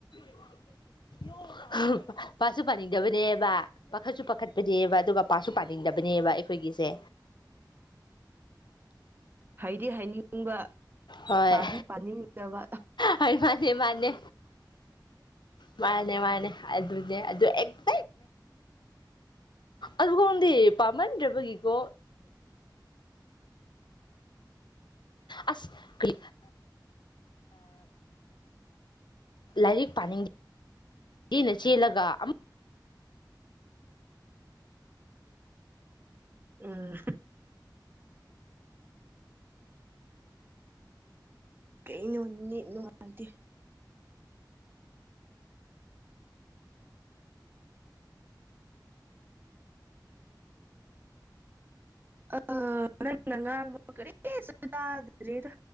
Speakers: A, on the left; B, on the right.
A: <unintelligible> ꯄꯥꯁꯨ ꯄꯥꯅꯤꯡꯗꯕꯅꯦꯕ ꯄꯥꯈꯠꯁꯨ ꯄꯥꯈꯠꯄꯅꯦꯕ ꯑꯗꯨꯒ ꯄꯥꯠꯁꯨ ꯄꯥꯅꯤꯡꯗꯕꯅꯦꯕ ꯑꯩꯈꯣꯏꯒꯤꯁꯦ
B: ꯍꯥꯏꯗꯤ ꯍꯥꯏꯅꯤꯡꯕ
A: ꯍꯣꯏ
B: ꯄꯗꯤ ꯄꯥꯅꯤꯡꯗꯕ
A: ꯍꯣꯏ ꯃꯥꯅꯦ ꯃꯥꯅꯦ ꯃꯥꯅꯦ ꯃꯥꯅꯦ ꯑꯗꯨꯅꯦ ꯑꯗꯨ ꯑꯦꯛ ꯑꯗꯨꯒꯪꯗꯤ ꯄꯥꯝꯃꯟꯗ꯭ꯔꯕꯒꯤꯀꯣ ꯑꯁ ꯀ꯭ꯂꯤ ꯂꯥꯏꯔꯤꯛ ꯄꯥꯅꯤꯡꯗꯦꯅ ꯆꯦꯜꯂꯒ ꯑꯃ
B: ꯎꯝ ꯀꯩꯅꯣ ꯅꯦꯠ ꯅꯨꯡꯉꯥꯏꯇꯦ ꯑ ꯅꯪꯅ ꯉꯥꯡꯕ ꯀꯔꯤꯁꯨ ꯇꯗꯔꯤꯗ